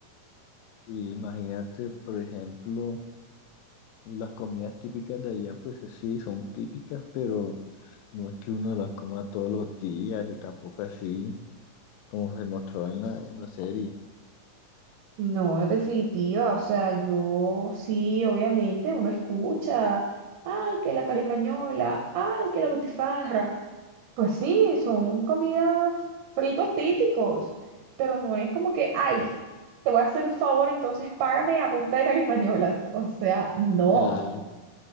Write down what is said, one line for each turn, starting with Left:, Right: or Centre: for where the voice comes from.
Left: Y imagínate, por ejemplo... Las comidas típicas de allá, pues sí, son típicas, pero no es que uno las coma todos los días y tampoco así como se mostró en la, en la serie.
Right: No, en definitiva, o sea, yo sí, obviamente, uno escucha, ay, que la carimañola, ay, que la butifarra. Pues sí, son comidas fritos típicos, pero no es como que, ay, te voy a hacer un favor, entonces págame a punta de carimañolas. O sea, no.
Left: Ah,